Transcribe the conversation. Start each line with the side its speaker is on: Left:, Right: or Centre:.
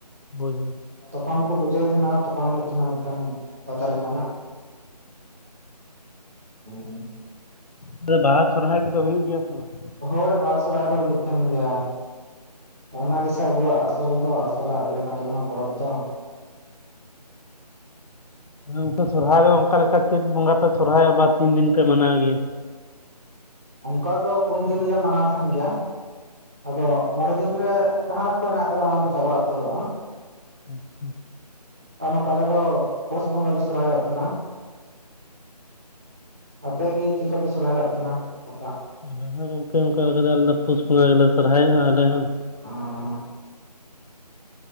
Left: ᱦᱳᱭ ᱦᱳᱭ
Right: ᱛᱚᱠᱷᱚᱱ ᱠᱚ ᱯᱩᱡᱟᱹ ᱛᱟᱦᱮᱸᱱᱟ ᱛᱚᱠᱷᱚᱱ ᱦᱩᱭᱩᱜ <inaudible> ᱛᱤᱱᱟᱹᱜ ᱴᱟᱣᱚᱱ ᱯᱟᱛᱟ ᱞᱮᱠᱟᱱᱟᱜ <unintelligible> ᱞᱮᱠᱟᱱᱟᱜ
Left: ᱟᱫᱚ ᱵᱟᱦᱟ ᱥᱚᱨᱚᱦᱟᱭ ᱠᱚ ᱫᱚ ᱦᱩᱭᱩᱜ ᱜᱮᱭᱟ ᱥᱮ ᱵᱟᱝ?
Right: ᱦᱳᱭ ᱵᱟᱦᱟ ᱥᱚᱨᱚᱦᱟᱭ ᱫᱚ ᱦᱩᱭᱩᱜ ᱛᱟᱦᱮᱱ ᱜᱮᱭᱟ᱾ ᱚᱱᱟ ᱜᱮᱥᱮ ᱟᱵᱚᱣᱟᱜ ᱟᱥᱚᱞ ᱫᱚ ᱟᱥᱚᱞᱟᱜ ᱤᱭᱟᱹ ᱠᱟᱱ ᱛᱟᱵᱚᱱᱟ ᱯᱚᱨᱚᱵᱽ ᱫᱚᱼᱼ
Left: <inaudible> ᱥᱚᱨᱚᱦᱟᱭ ᱫᱚ ᱚᱱᱠᱟ ᱞᱮᱠᱟᱼᱼ ᱪᱮᱫ ᱵᱚᱸᱜᱟ ᱯᱮ ᱥᱚᱨᱦᱟᱭᱚᱜᱼᱟᱵᱟᱨ ᱛᱤᱱ ᱫᱤᱱ ᱯᱮ ᱢᱟᱱᱟᱣ ᱜᱮᱭᱟ?
Right: ᱚᱱᱠᱟ ᱫᱚ ᱯᱩᱱ ᱫᱤᱱ ᱞᱮ ᱢᱟᱱᱟᱣ ᱛᱟᱦᱮᱱ ᱜᱮᱭᱟ ᱟᱫᱚᱼᱼ ᱢᱚᱬᱮ ᱫᱤᱱ ᱨᱮ ᱡᱟᱦᱟᱱᱟᱜ ᱠᱚ ᱦᱮᱱᱟᱜ ᱠᱟᱫᱟ ᱚᱱᱟ ᱠᱚ ᱪᱟᱵᱟ ᱩᱛᱟᱹᱨᱚᱜᱼᱟ᱾
Left: ᱦᱩᱸ ᱦᱩᱸ
Right: ᱟᱨ ᱱᱚᱝᱠᱟ ᱟᱞᱮ ᱫᱚ ᱯᱩᱥ ᱵᱚᱸᱜᱟ ᱞᱮ ᱥᱚᱨᱦᱟᱭᱚᱜ ᱛᱟᱦᱮᱱᱟ ᱾ ᱟᱯᱮ ᱜᱤ ᱪᱮᱫ ᱞᱮᱠᱟᱯᱮ ᱥᱚᱨᱦᱟᱭᱚᱜ ᱛᱟᱦᱮᱱᱟ ᱚᱴᱟᱜᱼᱼ
Left: ᱟᱞᱮ ᱦᱚᱸ ᱜᱚᱝᱠᱮ ᱚᱱᱠᱟ ᱞᱮᱠᱟ ᱟᱞᱮ ᱫᱚ ᱯᱩᱥ ᱵᱚᱸᱜᱟ ᱜᱮᱞᱮ ᱥᱚᱨᱦᱟᱭᱚᱜᱼᱟ ᱟᱞᱮ ᱦᱚᱸ᱾
Right: ᱚᱸᱻ